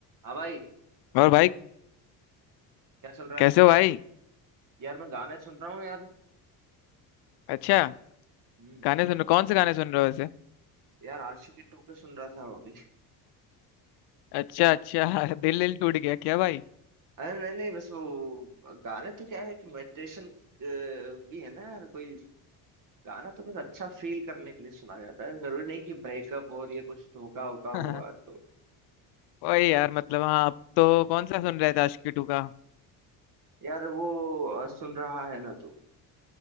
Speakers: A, on the right; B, on the left.
A: हाँ भाई
B: और भाई
A: क्या चल रहा
B: कैसे
A: है
B: हो भाई
A: यार मैं गाने सुन रहा हूँ यार
B: अच्छा
A: हम्म
B: गाने सुन रहे- कौन से गाने सुन रहे हो वैसे
A: यार आशिकी टू के सुन रहा था अभी
B: अच्छा अच्छा <laughs> दिल दिल टूट गया क्या भाई
A: अरे नहीं नहीं बस वो गाने तो क्या है कि मेडिटेशन भी है ना यार कोई गाना तो कुछ अच्छा फील करने के लिए सुना जाता है जरूरी नहीं कि ब्रेकअप और ये कुछ धोखा वोखा हुआ
B: <laughs>
A: तो
B: वही यार मतलब हाँ आप तो कौन सा सुन रहे थे आशिकी टू का
A: यार वो अ, सुन रहा है ना तू